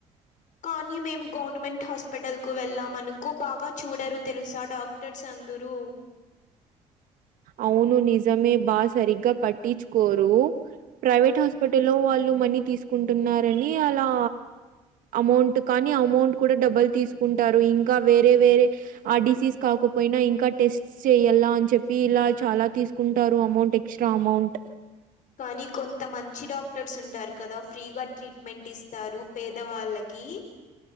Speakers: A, on the left; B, on the right.
A: కానీ మేము గవర్నమెంట్ హాస్పిటల్కు వెళ్ళామనుకో బాగా చూడరు తెలుసా డాక్టర్స్ అందరూ
B: అవును నిజమే బా సరిగా పట్టిచ్చుకోరు ప్రైవేట్ హాస్పిటల్ ట్టలో వాళ్ళు మనీ తీసుకుంటున్నారని అలా అమౌంట్ కానీ అమౌంట్ కూడా డబ్బల్ తీసుకుంటారు ఇంకా వేరే వేరే ఆ డిసీజ్ కాకపోయినా ఇంకా టెస్ట్ చెయ్యాల అని చెప్పి పి ఇలా చాలా తీసుకుంటారు అమౌంట్ ఎక్స్ట్రా అమౌంట్
A: కానీ కొంతమంద్ మంచి డాక్టర్స్ ఉంటారు కదా ఫ్రీగా ట్రీట్మెంట్ ఇస్తారు పేదవాళ్ళకి